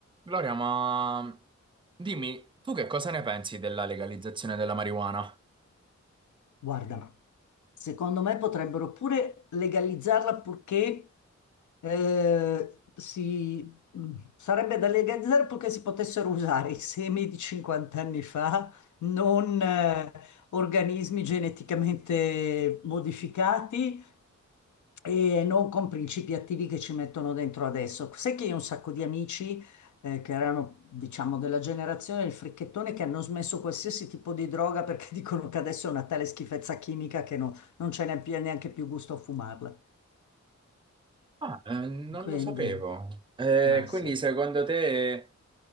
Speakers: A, on the right (about 15°); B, on the left (about 80°).
A: Gloria, ma dimmi, tu che cosa ne pensi della legalizzazione della marijuana?
B: Guarda, ma secondo me potrebbero pure legalizzarla purché eh, si... mm, sarebbe da legalizzare purché si potessero usare i semi di 50 anni fa, non eh, organismi geneticamente modificati e non con principi attivi che ci mettono dentro adesso. Sai che io ho un sacco di amici eh, che erano, diciamo, della generazione del fricchettone che hanno smesso qualsiasi tipo di droga perché <laughs> dicono che adesso è una tale schifezza chimica che non non c'è neanche più neanche più gusto a fumarla.
A: Ah, eh, non
B: Quindi,
A: lo sapevo. Eh,
B: ah sì.
A: quindi secondo te